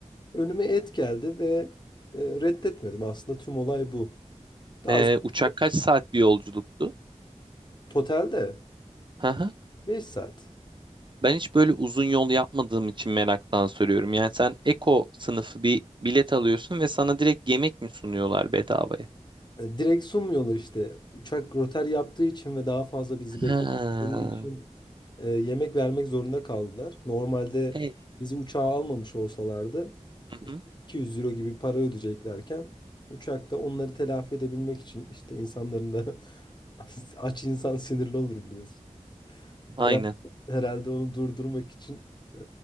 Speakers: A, on the left; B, on the right.
A: Önüme et geldi ve e, reddetmedim. Aslında tüm olay bu. Daha
B: Ee,
A: sonra
B: uçak kaç saat bir yolculuktu?
A: totalde
B: Hı hı.
A: 5 saat.
B: Ben hiç böyle uzun yol yapmadığım için meraktan soruyorum. Yani sen Eko sınıfı bir bilet alıyorsun ve sana direkt yemek mi sunuyorlar bedavaya?
A: E, Direkt sunmuyorlar işte. Uçak rötar yaptığı için ve daha fazla bizi bekledikleri
B: Ha.
A: için e, yemek vermek zorunda kaldılar. Normalde
B: E,
A: bizi uçağa almamış olsalardı
B: hı
A: işte
B: hı.
A: 200 euro gibi para ödeyeceklerken uçakta onları telafi edebilmek için işte insanların da <laughs> aç insan sinirli olur biliyorsun.
B: Aynen.
A: Herhalde, herhalde onu durdurmak için e,